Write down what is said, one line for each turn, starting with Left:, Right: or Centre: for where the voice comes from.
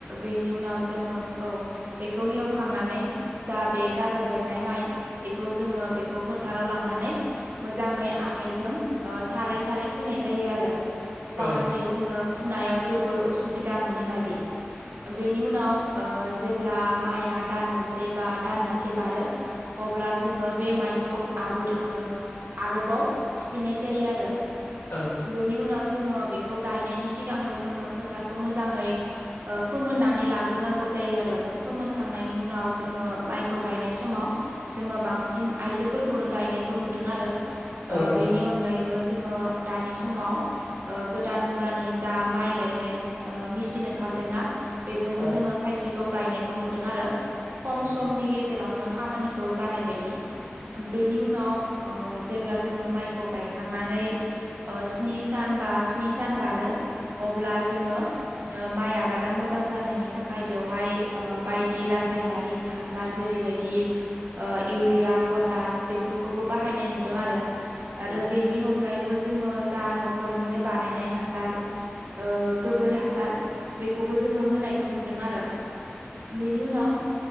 Right: बेनि उनाव जोङो औ बेखौ हेवखांनानै जा बे गाजा बेरनाय माइ बेखौ जोङो बे खौ फोथाराव लांनानै मोजाङै आखायजों सारै सारै फोनाय जायो आरो जाहाथे
Left: औ
Right: जोङो फुनायाव जेबो असुबिदा मोनै बायदि बेनि उनाव जेब्ला माइआ दान मोनसे बा दान मोनसे बारो अब्ला जोङो बे माइ खौ आबोर आरोबाव फुफिननाय जायो आरो।
Left: औ
Right: बेनि उनाव जोङो बेखौ गायनायनि सिगांबो जोङो फोथारखौ मोजाङै फोमोननानै लाग्रोनांगौ। जायो आरो फोमोनखांनायनि उनाव जोङो माइखौ गायनाय समाव जोङो बांसिन आइजोफोरखौनो गायनायखौ नुदों आरो
Left: औ नोंथां
Right: बेनि अनगायैबो जोङो दानि समाव गोदान मुगानि जा माइ गायनाय मिसिन ओंखार खारदोंना बेजोंबो
Left: औ
Right: जोङो खायसेखौ गायनायखौ नुदों आरो खम
Left: उम
Right: समनि गेजेरावनो खामानिखौ जानाय बायदि बेनि उनाव जेब्ला जोङो माइखौ गायखांनानै स्नि सान बा स्नि सान बारो अब्ला जोंङो माइ आबादा मोजां जानायनि थाखाय बे बेवहाय बायदि रासायनारिक हासार जेरैबायदि इउरिया पटास बेफोरखौबो बाहायनाय नुदों आरो आरो
Left: औ
Right: बेनि अनगायैबो जोङो जा न'खरनिनो बानायनाय हासार ओ गोबोर हासार बेखौबो जोङो होनायखौ नुदों आरो। बेनि उनाव